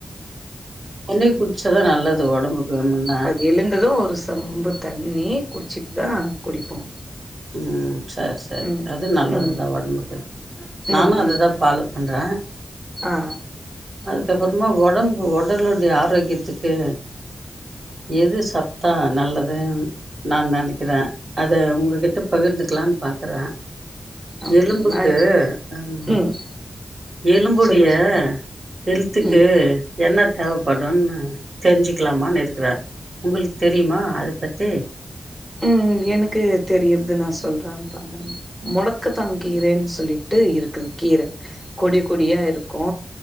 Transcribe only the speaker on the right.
தண்ணி குடி ச்சாதா நல்லது ஒடம்புக்கு முன்ன
ம் சரி சரி
அது நல்லதுதா
ஒடம்புக்கு நானு
அததா
பாலோ பண்றே
அதுக்கப் அப்புறமா ஒடம்பு ஒடலுடைய ஆரோக்கியத்துக்கு எது சத்தா நல்லதுன்னு நா நினைக்கிறே அத உங்ககிட் ட பகிர்ந்துக்லான்னு பாக் க்றே
எலும்புக்கு ஆமா
எலும்புடைய
ஹெல்த்துக்கு
என்ன தேவப்படுன் உம் தெரிஞ்சுக்லாமான்னு இருக்றே உங்ளுக்கு தெரியுமா அத பத்தி